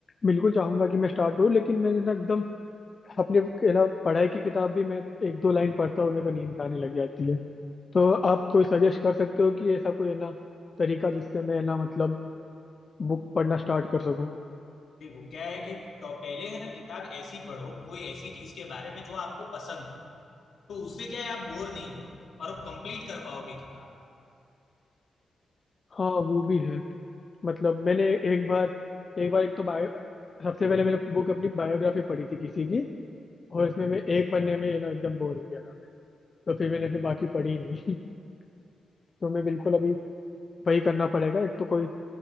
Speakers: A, on the left (about 40°); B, on the left (about 65°).
A: बिल्कुल चाहूंगा कि मैं स्टार्ट करूँ लेकिन मैं ना एकदम अपने है ना पढ़ाई की किताब भी मैं एक दो लाइन पढ़ता हूँ मेरे को नींद आने लग जाती है तो आप कोई सजेस्ट कर सकते हो कि ऐसा कोई है ना तरीका जिससे मैं है ना मतलब बुक पढ़ना स्टार्ट कर सकूँ
B: देखो क्या है कि तो पहले है ना किताब ऐसी पढ़ो कोई ऐसी चीज के बारे में जो आपको पसंद हो तो उससे क्या है आप बोर नहीं होगे और कंप्लीट कर पाओगे किताब
A: हाँ वो भी है मतलब मैंने एक बार एक बार एक तो बायो सबसे पहले मैंने बुक अपनी बायोग्राफी पढ़ी थी किसी की और इसमें मैं एक पन्ने में यू नो एकदम बोर हो गया था मैं तो फिर मैंने फिर बाकी पढ़ी ही नहीं <laughs> तो मैं बिल्कुल अभी वही करना पड़ेगा एक तो कोई